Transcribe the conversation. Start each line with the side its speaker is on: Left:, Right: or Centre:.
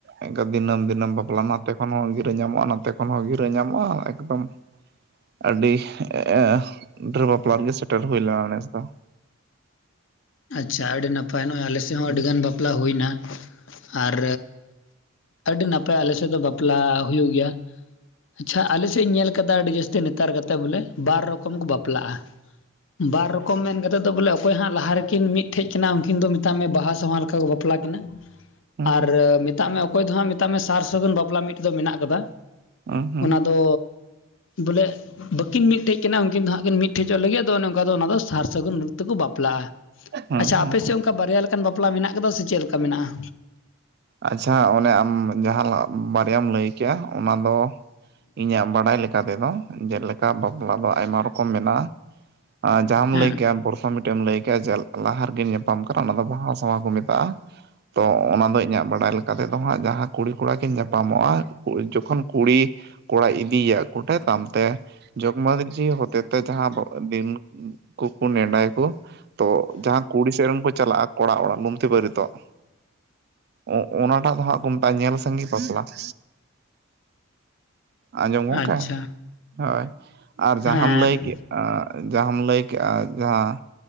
Right: ᱮᱱᱠᱟ ᱫᱤᱱᱟᱹᱢ ᱫᱤᱱᱟᱹᱢ ᱵᱟᱯᱞᱟ, ᱱᱟᱛᱮ ᱠᱷᱚᱱ ᱦᱚᱸ ᱜᱤᱨᱟᱹ ᱧᱟᱢᱚᱜᱼᱟ, ᱱᱟᱛᱮ ᱠᱷᱚᱱ ᱦᱚᱸ ᱜᱤᱨᱟᱹ ᱧᱟᱢᱚᱜᱼᱟ ᱮᱠᱫᱚᱢᱼᱼ ᱟᱹᱰᱤ ᱮᱮ <inaudible> ᱰᱷᱮᱨ ᱵᱟᱯᱞᱟ ᱨᱮᱜᱮ ᱥᱮᱴᱮᱨ ᱦᱩᱭ ᱞᱮᱱᱟ ᱱᱮᱥ ᱫᱚ ᱾
Left: ᱟᱪᱪᱷᱟ ᱟᱹᱰᱤ ᱱᱟᱯᱟᱭ, ᱱᱚᱜᱼᱚᱭ ᱟᱞᱮ ᱥᱮᱫ ᱦᱚᱸ
Right: ᱦᱩᱸ
Left: ᱟᱹᱰᱤᱜᱟᱱ ᱵᱟᱯᱞᱟ ᱦᱩᱭᱱᱟ ᱾ ᱟᱨᱻ ᱟᱹᱰᱤ ᱱᱟᱯᱟᱭ ᱟᱞᱮ ᱥᱮᱫ ᱫᱚ ᱵᱟᱯᱞᱟ ᱦᱩᱭᱩᱜ ᱜᱮᱭᱟ ᱾ ᱟᱪᱪᱷᱟ ᱟᱞᱮ ᱥᱮᱫ ᱤᱧ ᱧᱮᱞ ᱟᱠᱟᱫᱟ ᱟᱹᱰᱤ ᱡᱟᱹᱥᱛᱤ ᱱᱮᱛᱟᱨ ᱜᱟᱛᱮ ᱵᱚᱞᱮ ᱵᱟᱨ ᱨᱚᱠᱚᱢ ᱠᱚ ᱵᱟᱯᱞᱟᱜᱼᱟ ᱾ ᱵᱟᱨ ᱨᱚᱠᱚᱢ ᱢᱮᱱ ᱠᱟᱛᱮᱫ ᱫᱚ ᱵᱚᱞᱮ ᱚᱠᱚᱭ ᱦᱟᱸᱜ ᱞᱟᱦᱟ ᱨᱮᱼᱼ ᱩᱱᱠᱤᱱ ᱢᱤᱫᱴᱷᱮᱡ ᱠᱤᱱᱟ ᱩᱱᱠᱤᱱ ᱫᱚ ᱢᱮᱛᱟᱜ ᱢᱮ ᱵᱟᱦᱟ ᱥᱟᱢᱟᱞ ᱞᱮᱠᱟ ᱠᱚ ᱵᱟᱯᱞᱟ ᱠᱤᱱᱟ,
Right: ᱦᱩᱸ
Left: ᱟᱨ ᱢᱤᱫᱼᱼ ᱢᱮᱛᱟᱜ ᱢᱮ ᱚᱠᱚᱭ ᱫᱚ ᱦᱟᱸᱜ ᱢᱮᱛᱟᱜ ᱢᱮ ᱥᱟᱨ ᱥᱟᱹᱜᱩᱱ ᱵᱟᱯᱞᱟ ᱢᱤᱫ ᱫᱚ ᱢᱮᱱᱟᱜ ᱠᱟᱫᱟ,
Right: ᱦᱩᱸ ᱦᱩᱸ
Left: ᱚᱱᱟ ᱫᱚᱼᱼ ᱵᱚᱞᱮ, ᱵᱟᱹᱠᱤᱱ ᱢᱤᱫᱴᱷᱮᱡ ᱠᱟᱱᱟ ᱩᱱᱠᱤᱱ ᱫᱚ ᱦᱟᱸᱜ ᱠᱤᱱ ᱢᱤᱫᱴᱷᱮᱡᱚᱜ ᱞᱟᱹᱜᱤᱫ ᱟᱫᱚ ᱚᱱᱮ ᱚᱱᱠᱟ ᱫᱚ ᱚᱱᱟ ᱫᱚ ᱥᱟᱨ ᱥᱟᱹᱜᱩᱱ ᱚᱠᱛᱚ ᱠᱚ ᱵᱟᱯᱞᱟᱜᱼᱟ ᱾
Right: ᱦᱩᱸ
Left: ᱟᱪᱪᱷᱟ
Right: ᱦᱩᱸ
Left: ᱟᱯᱮ ᱥᱮᱫ ᱚᱱᱠᱟ ᱵᱟᱨᱭᱟ ᱞᱮᱠᱟᱱ ᱵᱟᱯᱞᱟ ᱢᱮᱱᱟᱜ ᱠᱟᱫᱟ ᱥᱮ ᱪᱮᱫ ᱞᱮᱠᱟ ᱢᱮᱱᱟᱜᱼᱟ?
Right: ᱟᱪᱪᱷᱟ ᱚᱱᱮ ᱟᱢ ᱡᱟᱦᱟᱸ ᱵᱟᱨᱭᱟᱢ ᱞᱟᱹᱭ ᱠᱮᱜᱼᱟ ᱚᱱᱟ ᱫᱚ, ᱤᱧᱟᱹᱜ ᱵᱟᱰᱟᱭ ᱞᱟᱠᱼᱼ ᱚᱱᱠᱟ ᱛᱮᱫᱚ ᱡᱮᱞᱮᱠᱟ ᱵᱟᱯᱞᱟ ᱫᱚ ᱟᱭᱢᱟ ᱨᱚᱠᱚᱢ ᱢᱮᱱᱟᱜᱼᱟ, ᱟ ᱡᱟᱦᱟᱸᱢ
Left: ᱦᱮᱸ
Right: ᱞᱟᱹᱭ ᱠᱮᱜᱼᱟ ᱵᱚᱨᱚᱥᱼᱼ ᱦᱚ ᱢᱤᱫᱴᱮᱡ ᱮᱢ ᱞᱟᱹᱭ ᱠᱮᱜᱼᱟ, ᱡᱮ ᱞᱟᱦᱟ ᱨᱮᱠᱤᱱ ᱧᱟᱯᱟᱢ ᱠᱟᱱᱟ ᱚᱱᱟ ᱫᱚ ᱵᱟᱦᱟ ᱥᱟᱶᱦᱟ ᱠᱚ ᱢᱮᱛᱟᱜᱼᱟ ᱾ ᱛᱚ ᱚᱱᱟ ᱫᱚ ᱤᱧᱟᱜ ᱵᱟᱰᱟᱭ ᱞᱮᱠᱟ ᱛᱮᱫᱚ ᱦᱟᱸᱜ ᱡᱟᱦᱟᱸ ᱠᱩᱲᱤ ᱠᱚᱲᱟ ᱠᱤᱱ ᱧᱟᱯᱟᱢᱚᱜᱼᱟ, ᱡᱚᱠᱷᱚᱱ ᱠᱩᱲᱤᱼᱼ ᱠᱚᱲᱟᱭ ᱤᱫᱤᱭᱮᱭᱟ ᱠᱩᱴᱟ ᱛᱟᱢ ᱛᱮ, ᱡᱚᱜᱽ ᱢᱟᱺᱡᱷᱤ ᱦᱚᱛᱮᱼᱼ ᱡᱟᱦᱟᱸ ᱠᱚ ᱫᱤᱱ ᱠᱚ ᱠᱩ ᱱᱮᱰᱟᱭᱟᱠᱚᱼᱼ ᱛᱚ ᱡᱟᱦᱟᱸ ᱠᱩᱲᱤ ᱥᱮᱫ ᱨᱤᱱ ᱠᱚ ᱪᱟᱞᱟᱜᱼᱟ ᱠᱚᱲᱟ ᱚᱲᱟᱜ ᱞᱩᱢᱛᱤ ᱵᱟᱨᱮᱛᱚᱜ ᱾ ᱚ ᱚᱱᱟᱴᱟᱜ ᱫᱚ ᱦᱟᱸᱜ ᱠᱚ ᱢᱮᱛᱟᱜᱼᱟ ᱧᱮᱞ ᱥᱟᱸᱜᱤ ᱵᱟᱯᱞᱟ ᱾ ᱟᱸᱡᱚᱢᱚᱜ
Left: ᱟᱪᱪᱷᱟ
Right: ᱠᱷᱟᱭ ᱦᱳᱭ, ᱟᱨ ᱡᱟᱦᱟᱸᱢ
Left: ᱦᱮᱸ
Right: ᱞᱟᱹᱭ ᱠᱮᱜ-ᱟᱼᱼ ᱡᱟᱦᱟᱸᱢ ᱞᱟᱹᱭ ᱠᱮᱜᱼᱟ, ᱡᱟᱦᱟᱸᱼᱼ